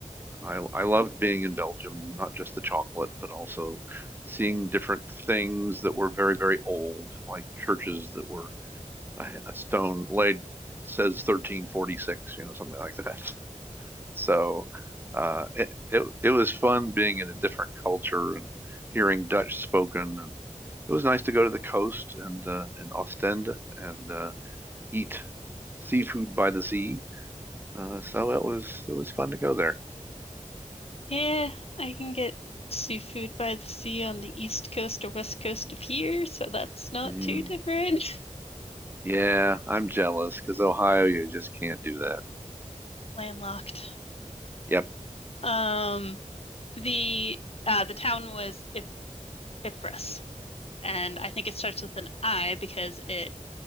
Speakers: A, on the right; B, on the left.
A: I, I loved being in Belgium, not just the chocolate, but also seeing different things that were very, very old, like churches that were a, a stone laid says 1346, you know, something like that. So uh, it, it it was fun being in a different culture and hearing Dutch spoken, and it was nice to go to the coast and uh, and Ostend and uh, eat seafood by the sea. Uh, so it was it was fun to go there.
B: Yeah, I can get seafood by the sea on the east coast or west coast of here, so that's not
A: Mm,
B: too different.
A: yeah, I'm jealous because Ohio, you just can't do that.
B: <laughs> Landlocked.
A: Yep.
B: Um, the uh the town was Ip Ypres, and I think it starts with an I because it